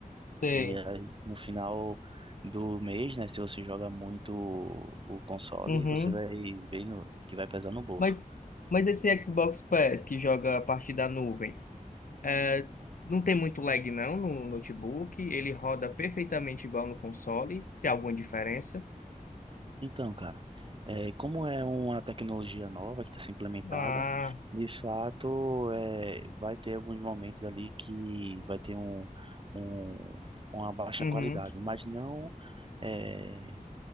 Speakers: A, on the left; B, on the right.
A: sei.
B: E aí, no final do mês, né, se você joga muito o o console,
A: Uhum.
B: você vai ver no- que vai pesar no bolso.
A: Mas, mas esse Xbox Pass que joga a partir da nuvem, é, não tem muito lag não no notebook, ele roda perfeitamente igual no console, tem alguma diferença?
B: Então, cara, é, como é uma tecnologia nova que está sendo implementada,
A: Ah,
B: de fato, é, vai ter alguns momentos ali que vai ter um, um- uma baixa
A: uhum.
B: qualidade, mas não é,